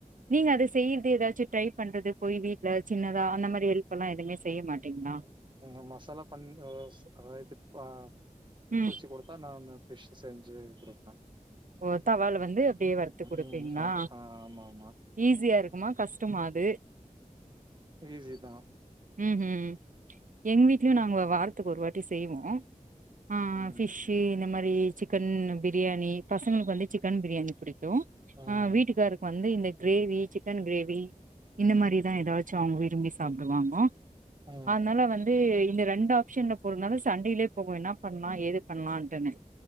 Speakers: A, on the right; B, on the right.
A: நீங்க அது செய்ர்து எதாச்சு ட்ரை பண்றது போய் வீ ட்ல சின்னதா அந்த மாரி எல் ப்பெல்லா எதுமே செய்ய மாட்டீங்ளா
B: உஹூ மசாலா பண் அ ஸ் அ இது பா
A: ம்
B: <unintelligible> குடுத்தா நானு ஃபிஷ்ஷு செஞ்சு குடுப்பே
A: ஓ தவால வந்து அப்டியே வறுத்து குடுப்பிங்ளா
B: ம் அ ஆ ஆமா ஆமா
A: ஈஸியாரு உமா கஷ்டமா அது
B: ஈசி தா
A: ம்ஹூ எங் வீட்லியு நாங்க வார துக்கு ஒரு வாட்டி செய்வோ ஆ
B: ம்
A: ஃபிஷ்ஷீ இந்த மா பேயி சிக்கன் பிரியாணி பசங்களுக்கு வந்து சிக்கன் பிரியாணி பிடிக் ட்டு
B: ம்
A: அ வீட்டுக்காருக்கு வந்து இந்த கிரேவி சிக்கன் கிரேவி இந்த மாரிதா எதாச்சு அவுங்க வி ரும்பி சாப்டுவாங்கோ
B: ம்
A: அதனால வந்து இந்த ரெண்டு ஆப்ஷன்ல போறதனால சண்டைலியே போகு என்னா பண்லா ஏது பண்லான்ட்டுனு